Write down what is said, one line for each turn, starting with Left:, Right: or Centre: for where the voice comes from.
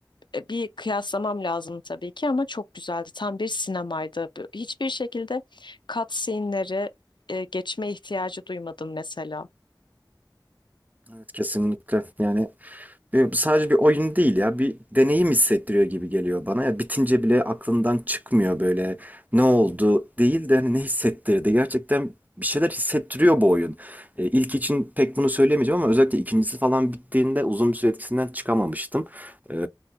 Left: e, bir kıyaslamam lazım tabii ki ama çok güzeldi. Tam bir sinemaydı. Bu- Hiçbir şekilde cutscene'leri e, geçme ihtiyacı duymadım mesela.
Right: Evet, kesinlikle. Yani E, bu sadece bir oyun değil ya bir deneyim hissettiriyor gibi geliyor bana ya bitince bile aklından çıkmıyor böyle ne oldu değil de hani ne hissettirdi gerçekten bir şeyler hissettiriyor bu oyun. E, ilk için pek bunu söyleyemeyeceğim ama özellikle ikincisi falan bittiğinde uzun bir süre etkisinden çıkamamıştım. E,